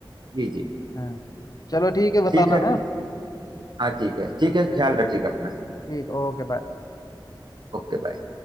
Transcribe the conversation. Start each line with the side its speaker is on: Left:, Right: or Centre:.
Right: जी जी
Left: हाँ चलो ठीक है बताना
Right: ठीक है ठीक-
Left: है
Right: हाँ ठीक है ठीक है
Left: च-
Right: ख्याल रखिएगा अपना
Left: ठीक ओके बाय
Right: Okay bye